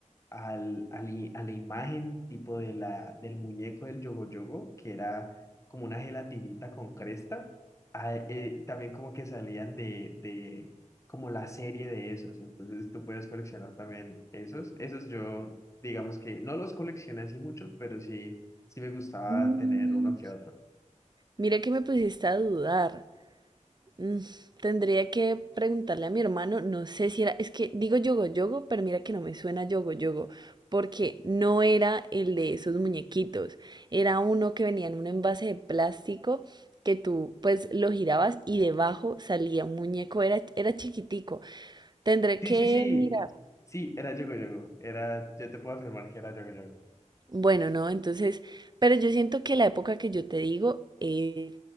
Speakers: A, on the left (about 25°); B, on the right (about 35°).
A: al, al i- a la imagen tipo de la, del muñeco del Yogo Yogo, que era como una gelatinita con cresta, ah, eh, también como que salían de, de como la serie de esos, entonces tú puedes coleccionar también esos, esos yo digamos que no los coleccioné así muchos, pero sí, sí me gustaba
B: Mm,
A: tener uno que otro.
B: Mira que me pusiste a dudar. Mm, Tendría que preguntarle a mi hermano, no sé si era, es que digo yogo yogo, pero mira que no me suena yogo yogo, porque no era el de esos muñequitos, era uno que venía en un envase de plástico que tú pues lo girabas y debajo salía un muñeco, era, era chiquitico. Tendré
A: Sí,
B: que
A: sí, sí,
B: mirar.
A: sí, era Yogo Yogo, era, yo te puedo afirmar que era Yogo Yogo.
B: Bueno, no, entonces, pero yo siento que la época que yo te digo es,